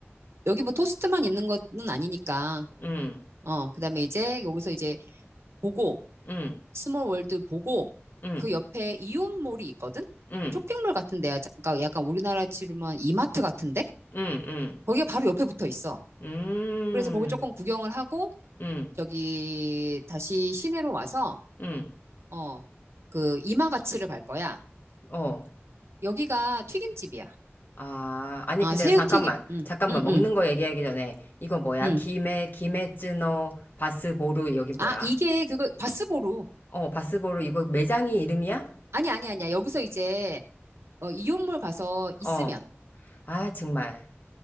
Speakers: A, on the right; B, on the left.
A: 여기 뭐 토스트만 있는 것은 아니니까.
B: 음.
A: 어, 그 다음에 이제 여기서 이제 보고,
B: 음.
A: 스몰 월드 보고,
B: 음.
A: 그 옆에 이온몰이 있거든?
B: 음.
A: 쇼핑몰 같은 데야. 그러니까 약간 우리나라 치르면 이마트 같은데?
B: 음.
A: 거기가 바로 옆에 붙어 있어.
B: 음.
A: 그래서 거기 조금
B: 음.
A: 구경을 하고,
B: 음.
A: 저기 다시 시내로 와서,
B: 음.
A: 어, 그 이마가츠를 갈 거야.
B: 어.
A: 여기가 튀김집이야.
B: 아, 아니,
A: 아,
B: 근데
A: 새우튀김.
B: 잠깐만.
A: 응,
B: 잠깐만.
A: 응,
B: 먹는
A: 응.
B: 거 얘기하기 전에, 이거 뭐야?
A: 응.
B: 김에, 김에쯔노 바스보루, 여기 뭐야?
A: 아, 이게 그거 바스보루.
B: 어, 바스보루, 이거 매장이 이름이야?
A: 아니, 아니, 아니야. 여기서 이제 어, 이온몰 가서 있으면
B: 어. 아, 정말.